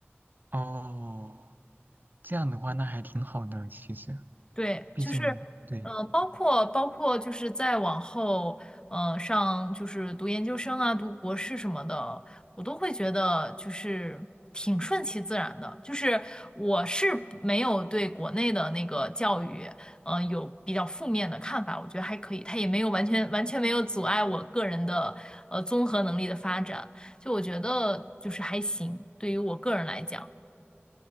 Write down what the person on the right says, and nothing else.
哦，这样的话那还挺好的，其实，
毕竟对